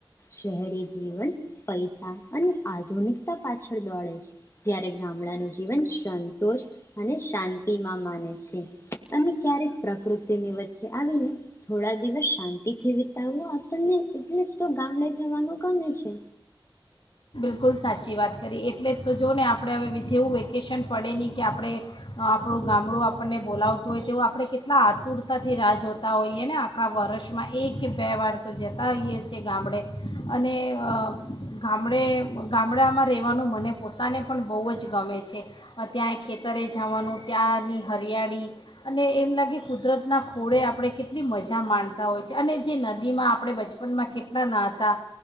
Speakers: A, on the left (about 30°); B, on the left (about 65°).
A: શહેરી જીવન પૈસા અને આધુનિકતા પાછળ દોડે છે. જયારે ગામડાનું જીવન <inaudible> તોષ અને શાંતિ માં માને છે. અને ક્યારેક પ્રકૃતિની વચ્ચે આવીને થોડા દિવસ શાંતિથી વિતાવવા આપણને એટલે જ તો ગામડે જવાનું ગમે છે.
B: બિલકુલ સાચી વાત કરી. એટલે જ તો જો ને આપણે હવે જેવું વેકેશન પડે નહીં, કે આપણે આપણું ગામડું આપણને બોલાવતું હોય તેવું આપણે કેટલા આતુરતાથી રાહ જોતા હોઈએ ને આખા વર્ષમાં એક કે બે વાર તો જતા હોએ છીએ ગામડે અને અ <inaudible> ગામડે ગામડામાં રહેવાનું મને પોતાને પણ બહુ જ ગમે છે. ત્યાં એ ખેતરે જવાનું ત્યાંની હરિયાળી અને એમ લાગે કુદરતના ખોળે આપણે કેટલી મજા માણતા હોય છે. અને જે નદીમાં આપણે બચપનમાં કેટલા નાહતા